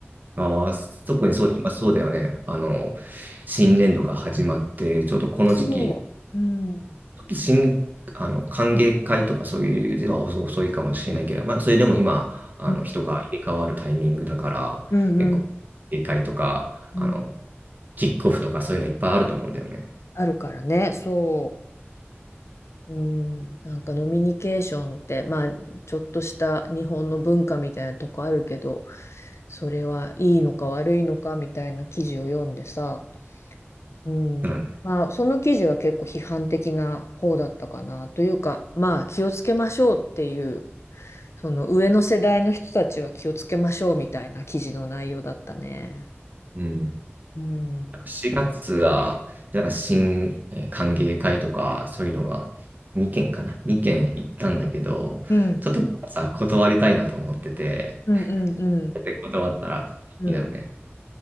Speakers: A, on the right (about 40°); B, on the left (about 80°).
A: ああ、特にそう、今そうだよね。あの、新年度が始まって、ちょうどこの時期、
B: そう。うん。
A: ちょっと新、あの、歓迎会とかそういうでは遅遅いかもしれないけど、まあ、それでも今、あの、
B: うん、
A: 人が入れ替わるタイミングだから、
B: うん、
A: 結構、
B: うん
A: 歓迎会とか、
B: うん
A: あの、キックオフとかそういうのいっぱいあると思うんだよね。
B: あるからね。そう。うん。なんかノミニケーションって、まあ、ちょっとした日本の文化みたいなとこあるけど、それはいいのか悪いのかみたいな記事を読んでさ、うん。
A: なんで、
B: まあ、その記事は結構批判的な方だったかな。というか、まあ、気をつけましょうっていう、その上の世代の人たちは気をつけましょうみたいな記事の内容だったね。
A: うん。
B: うん。
A: 4月は、なんか新、えー歓迎会とか、そういうのが2件かな。2件行ったんだけど、
B: うん。
A: ちょっとさ、断りたいなと思ってて、
B: うんうんうん。
A: で、断ったらいいだろうね。
B: うん。